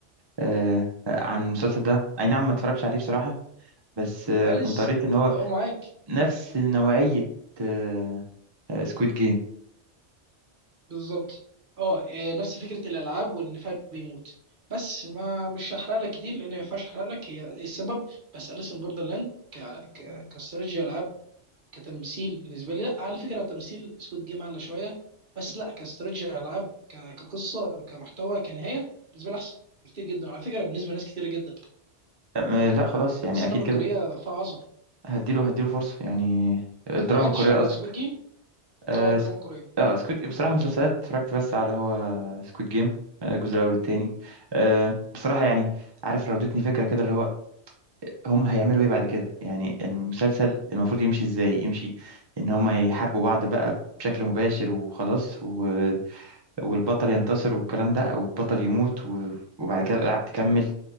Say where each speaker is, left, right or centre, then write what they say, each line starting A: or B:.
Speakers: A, on the right; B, on the right.
A: آه عن المسلسل ده اي نعم ما اتفرجش عليه بصراحة بس آه
B: أليس
A: كنت قريت ان هو
B: اهو معاك
A: نفس نوعية آه سكويد جيم
B: بالظبط اه إيه، نفس فكره الالعاب وان فهد بيموت بس ما مش هحرق لك كتير لان ما ينفعش احرق لك هي إيه السبب بس اليسن بوردرلاند ك ك كاستراتيجي العاب كتمثيل بالنسبه لي لا على فكره تمثيل سكوت جيم اعلى شويه بس لا كاستراتيجي العاب ك- كقصه كمحتوى كنهايه بالنسبه لي احسن بكتير جدا على فكره بالنسبه لناس كتير جدا
A: آه Squid Game.
B: آه
A: آه، لا خلاص يعني
B: فالسينما
A: اكيد كده
B: الكوريه فيها عظمه
A: هديله هديله فرصة يعني الدراما
B: ما تابعتش
A: الكورية
B: الا
A: قصدي.
B: سكوت جيم
A: اه
B: اه الدراما
A: سك-
B: الكوريه
A: آه، سكوت جيم بصراحة مسلسلات اتفرجت بس على هو سكوت جيم آه، الجزء الأول والتاني آه، بصراحة يعني عارف راودتني فكرة كده اللي هو هم هيعملوا ايه بعد كده يعني المسلسل المفروض يمشي ازاي يمشي ان هم يحاربوا بعض بقى بشكل مباشر وخلاص و... والبطل ينتصر والكلام ده او البطل يموت و... وبعد كده الألعاب تكمل